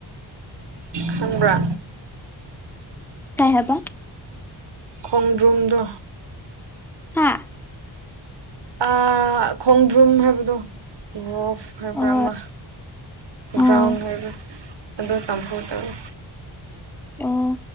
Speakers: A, on the right (about 60°); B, in the centre.
A: ꯈꯪꯕ꯭ꯔꯥ
B: ꯀꯩ ꯍꯥꯏꯕ
A: ꯈꯣꯡꯗ꯭ꯔꯨꯝꯗꯣ
B: ꯍꯥꯥ
A: ꯑꯥ ꯈꯣꯡꯗ꯭ꯔꯨꯝ ꯍꯥꯏꯕꯗꯣ ꯔꯣꯛꯐ ꯍꯥꯏꯕ꯭ꯔꯥ
B: ꯑꯣ
A: ꯑꯃ
B: ꯑꯣ
A: ꯒ꯭ꯔꯥꯎꯟ ꯑꯣꯏꯔ ꯑꯗꯨꯗ ꯆꯝꯐꯨꯠ ꯇꯧꯏ꯫
B: ꯑꯣ